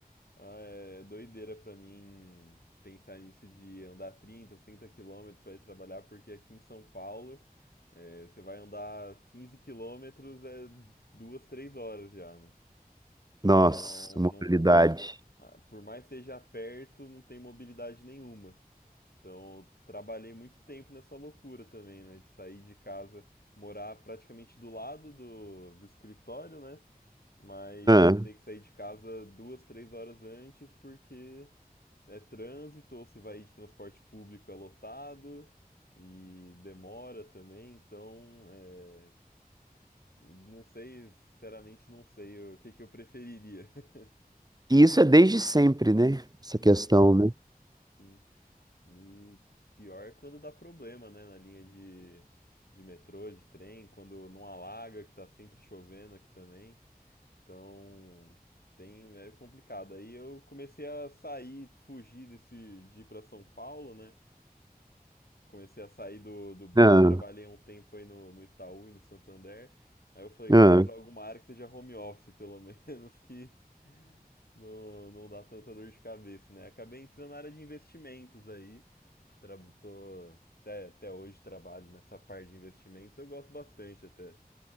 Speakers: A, on the left; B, on the right.
A: Ah, é doideira pra mim pensar nisso de andar trinta, 30 quilômetros pra ir trabalhar, porque aqui em São Paulo. É, você vai andar 15 quilômetros, é duas, três horas já, né?
B: Nossa,
A: Então,
B: mobilidade
A: não, ah, por mais que seja perto, não tem mobilidade nenhuma. Então, eu trabalhei muito tempo nessa loucura também, né? De sair de casa, morar praticamente do lado do, do escritório, né? Mas
B: Ah,
A: ter que sair de casa duas, três horas antes porque é trânsito, ou se vai de transporte público é lotado e demora também. Então, é, Não sei, sinceramente não sei o que que eu preferiria. <laughs>
B: e isso é desde sempre, né? Essa
A: Sim,
B: questão, né?
A: sim. E pior é quando dá problema, né, na linha de, de metrô, de trem, quando não alaga, que tá sempre chovendo aqui também. Então, tem, é complicado. Aí eu comecei a sair, fugir desse, de ir pra São Paulo, né? Comecei a sair do, do banco,
B: Ah,
A: trabalhei um tempo aí no, no Itaú e no Santander. Aí eu falei, quero
B: ah.
A: ir pra alguma área que seja home office, pelo <laughs> menos, que não, não dá tanta dor de cabeça, né? Acabei entrando na área de investimentos aí. Tra tô, até, até hoje trabalho nessa parte de investimentos, eu gosto bastante até.